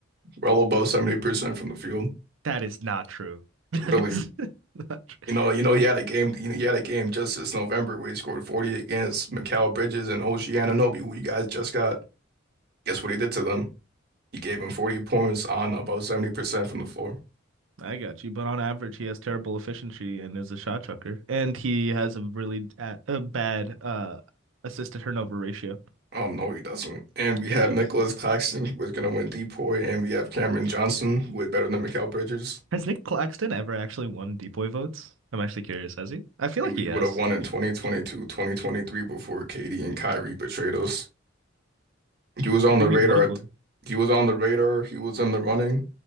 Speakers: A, on the right; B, on the right.
A: well above 70% from the field.
B: That is not true. <laughs> That
A: Really,
B: is <laughs> not true.
A: you know, you know, he had a game. You know, he had a game just this November where he scored 40 against Mikal Bridges and OG Anunoby, who you guys just got. Guess what he did to them? He gave him 40 points on about 70% from the floor.
B: I got you, but on average, he has terrible efficiency and is a shot chucker, and he has a really a, a bad uh assist turnover ratio.
A: Um, no, he doesn't. And we
B: He
A: have
B: does.
A: Nicholas Claxton, who is going to win DPOY, and we have Cameron Johnson, who is better than Mikal Bridges.
B: Has Nick Claxton ever actually won deep boy votes? I'm actually curious, has he? I feel
A: He,
B: like he
A: he
B: has.
A: would have won in 2022, 2023 before KD and Kyrie betrayed us. He was on
B: What
A: the
B: do you
A: radar.
B: mean, would have won?
A: He was on the radar. He was in the running.